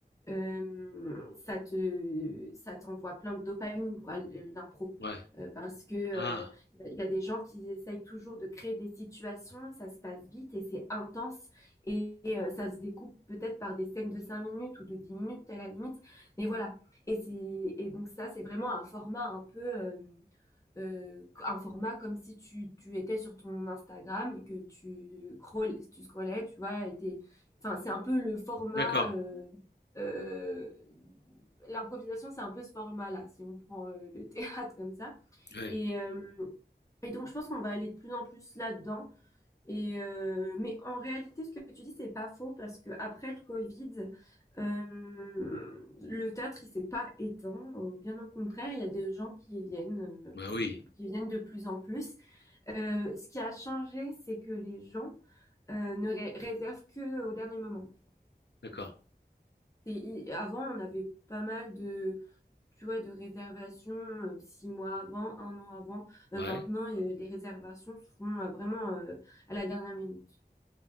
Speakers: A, on the left; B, on the left.
A: euh, ça te ça t'envoie plein de dopamine quoi l'impro
B: ouais.
A: euh, parce que euh,
B: Ah,
A: il y a des gens qui essayent toujours de créer des situations ça se passe vite et c'est intense et euh, ça se découpe peut-être par des scènes de 5 minutes ou de 10 minutes à la limite mais voilà et c'est et donc ça c'est vraiment un format un peu euh, Euh, un format comme si tu, tu étais sur ton Instagram et que tu, scroll, tu scrollais, tu vois, était, enfin, c'est un peu le format
B: d'accord.
A: euh, euh, l'improvisation, c'est un peu ce format-là, si on prend euh, le <laughs> théâtre comme ça.
B: Ouais,
A: Et, euh, et donc, je pense qu'on va aller de plus en plus là-dedans. Et euh, mais en réalité, ce que tu dis, c'est pas faux parce que après le Covid, euh, le théâtre, il s'est pas éteint. Bien au contraire, il y a des gens qui viennent,
B: bah oui,
A: euh, qui viennent de plus en plus. Euh, ce qui a changé, c'est que les gens euh, ne ré réservent que au dernier moment.
B: d'accord.
A: En fait. Et, et avant, on avait pas mal de tu vois, de réservation euh, six mois avant, un an avant. Euh,
B: Ouais,
A: maintenant, euh, les réservations se font euh, vraiment euh, à la dernière minute.